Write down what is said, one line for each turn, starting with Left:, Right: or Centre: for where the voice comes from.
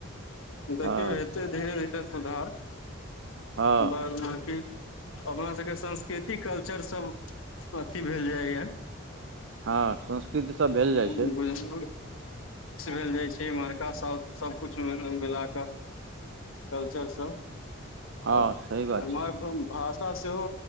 Left: देखियौ
Right: हँ
Left: हेतै धीरे -धीरे सुधार
Right: हँ
Left: बाद बाकि अपना सबके संस्कृतिक कल्चर सब अथी भेल जाइए।
Right: हँ संस् कृत भेल जाइ
Left: मिक्स
Right: छै
Left: भेल जाइ छै, इमहरका साउथ सबकुछ मिला कऽ, कल्चर सब
Right: हँ
Left: और
Right: सही बात
Left: एमहर
Right: छै
Left: घ भाषा सेहो